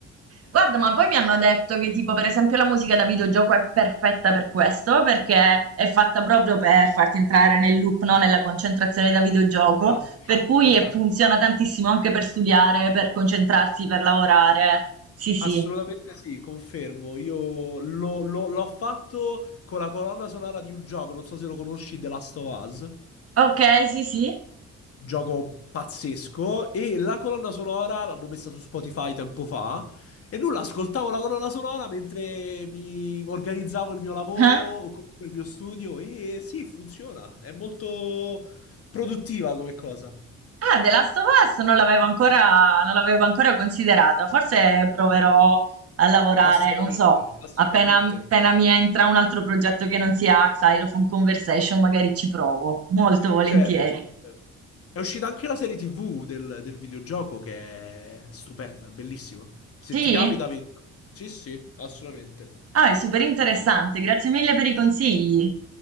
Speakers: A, on the right; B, on the left.
A: Guarda, ma poi mi hanno detto che tipo per esempio la musica da videogioco è perfetta per questo, perché è fatta proprio per farti entrare nel loop, no? Nella concentrazione da videogioco,
B: Esatto,
A: per cui
B: esatto.
A: e funziona tantissimo anche per studiare, per concentrarsi, per lavorare. Sì, sì.
B: Assolutamente sì, confermo. Io lo- lo- l'ho fatto con la colonna sonora di un gioco, non so se lo conosci, The Last of Us.
A: Ok, sì, sì.
B: gioco pazzesco e la colonna sonora l'hanno messa su Spotify tempo fa e nulla, ascoltavo la colonna sonora mentre mi organizzavo il mio lavoro
A: Eh?
B: o comunque il mio studio e sì, funziona, è molto produttiva come cosa.
A: Ah, The Last of Us non l'avevo ancora, non l'avevo ancora considerato. Forse proverò a lavorare,
B: Assolutamente,
A: non so,
B: assolutamente.
A: appena, appena mi entra un altro progetto che non sia Xylophone Conversation, magari ci provo, molto volentieri.
B: Certo, certo. È uscita anche la serie TV del, del videogioco che è stupenda, è bellissima. Se
A: Sì?
B: ti capita, vedi. Sì, sì, assolutamente.
A: Ah, è super interessante, grazie mille per i consigli.